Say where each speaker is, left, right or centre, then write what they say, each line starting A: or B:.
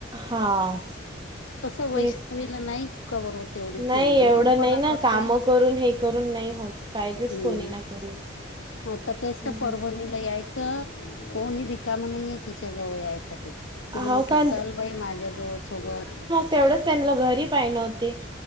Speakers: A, on the right; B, on the left.
A: हा
B: कस वैष्णवीला
A: तेच
B: नाही कव्हर होत. एवढी
A: नाही
B: केवढी
A: एवढ
B: बनपणा
A: नाही ना.
B: करते
A: काम करून हे करून नाही होत. पाहिजेच
B: हम्म
A: कोणी ना कोणी.
B: आता तेच
A: हम्म
B: तर परवणीला यायच. कोणी रिकाम नाहीये तिच्या जवळ यायसाठी. तिला
A: हो
B: म्हटल
A: का
B: चल बाई माझ्या जो सोबत.
A: तेवढच त्यांना घरी पाहिन ना वो ती.